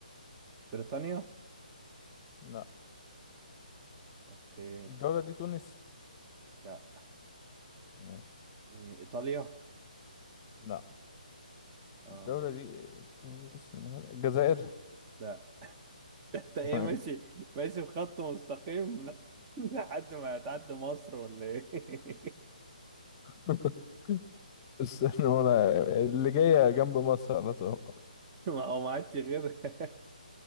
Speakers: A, on the right; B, on the left.
A: بريطانيا
B: لا
A: اوكي
B: الدولة دي تونس
A: لا
B: ماشي
A: إيه، إيطاليا
B: لا
A: اه
B: الدولة دي آه، تونس المغرب الجزائر
A: لا <laughs> ده انت ايه
B: ماشي
A: ماشي ماشي بخط مستقيم <laughs> ل- لحد ما هتعدي مصر ولا ايه
B: <laughs> استنى وانا اللي جاية جنب مصر على طول
A: <laughs> ما هو ما عادش غيرها <laughs>